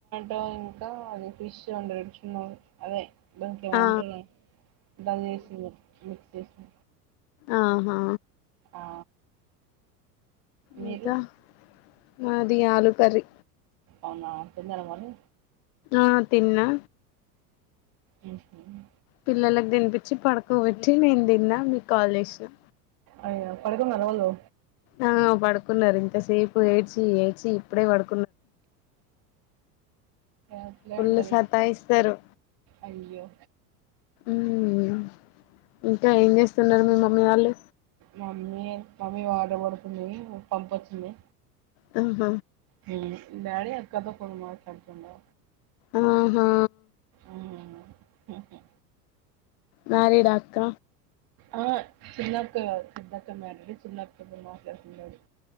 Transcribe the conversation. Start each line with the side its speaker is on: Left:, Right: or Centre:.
Right: <unintelligible> ఇంకా అది ఫిష్ అందర్ చున్నారు అదే దాన్కి ఏమౌంటుంన
Left: ఆ
Right: దాన్ని ఏసి ఇంగ మిక్స్ చేసి
Left: ఆ హా
Right: ఆ మీరు
Left: ఇంకా మాది ఆలూ కర్రీ
Right: అవునా తిన్నార మరీ
Left: ఆ తిన్నా
Right: మ్మ్ హ్మ్
Left: పిల్లలక్ దిన్పిచ్చి పడుకోబెట్టీ నేన్దిన్నా మీక్ కాల్జేస్ నా
Right: అయ్యో పడుకున్నర వోల్లు
Left: ఆ పడుకున్నా రింతసేప్ ప్ ఏడ్చి ఏడ్చి ఇప్పుడే పడు
Right: అట్లే
Left: ఫుల్లు
Right: ఉంటది
Left: సతాయిస్తారు
Right: అయ్యో
Left: మ్మ్ ఇంకా ఏం జేస్తున్నారు మీ మమ్మీ వాళ్ళు
Right: మమ్మీ మమ్మీ వాటర్ పడ్తుందీ పంపొచ్చింది
Left: ఆ హ
Right: మ్మ్ డాడీ అక్కతో ఫోన్ మాట్లాడుతుండా
Left: ఆ హా
Right: ఆహ్ హు హూ
Left: మ్యారీడాక్క
Right: ఆ చిన్నక్క గాదు పెద్దక్క మ్యారీడ్ చిన్నక్కకు మాట్లాడుతున్నారు